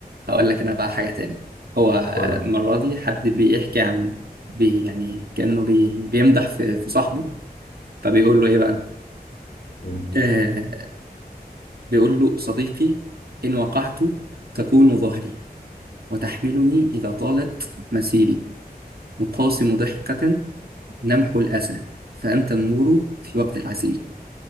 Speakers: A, on the right; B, on the left.
A: هقول لك أنا بقى حاجة تاني هو
B: قول لي.
A: المرة دي حد بيحكي عن بي يعني كأنه بي بيمدح في, في صاحبه فبيقول له إيه بقى
B: مم.
A: آه بيقول له صديقي إن وقعت تكون ظهري وتحملني إذا طالت مسيري مقاسم ضحكة لمح الأسى فأنت النور في وقت العسير